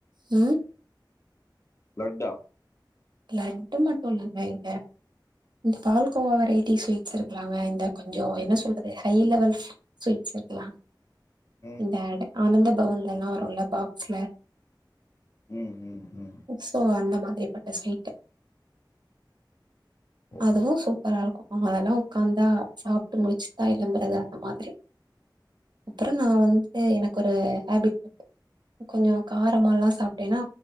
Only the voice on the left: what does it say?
லட்டா
ம்
ம் ம் ம்
ஓ